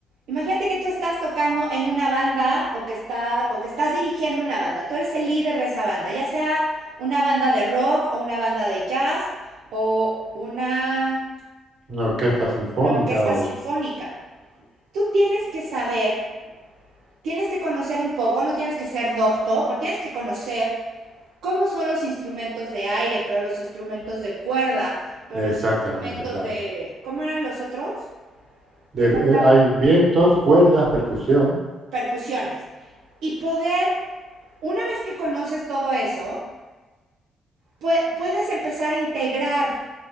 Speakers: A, on the right; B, on the right.
A: Imagínate que tú estás tocando en una banda o que, está, o que estás dirigiendo una banda. Tú eres el líder de esa banda, ya sea una banda de rock o una banda de jazz o una,
B: Una orquesta sinfónica
A: una orquesta
B: o...
A: sinfónica. Tú tienes que saber, tienes que conocer un poco, no tienes que ser doctor, pero tienes que conocer cómo son los instrumentos de aire, pero los instrumentos de cuerda, pero
B: Exactamente,
A: los instrumentos
B: claro.
A: de, ¿cómo eran los otros?
B: De-
A: Me
B: eh,
A: falta
B: hay
A: uno,
B: vientos, cuerdas, percusión.
A: percusiones. Y poder, una vez que conoces todo eso, pu puedes empezar a integrar